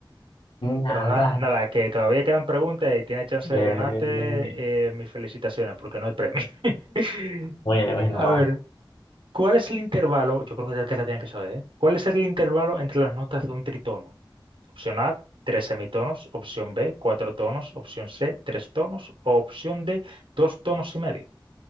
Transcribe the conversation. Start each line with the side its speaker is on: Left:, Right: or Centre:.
Left: Nada.
Right: Pero na- nada,
Left: <laughs>
Right: que todavía quedan preguntas y tienes chance
Left: Bre,
Right: de ganarte
Left: bre, bre, bre.
Right: eh, mis felicitaciones porque no hay premio. <laughs>
Left: Bueno, bueno,
Right: A
Left: va.
Right: ver, ¿cuál es el intervalo? Yo creo que ya te la tienen que saber, ¿eh? ¿Cuál es el intervalo entre las notas de un tritono? Opción A, tres semitonos. Opción B, cuatro tonos. Opción C, tres tonos. O opción D, dos tonos y medio.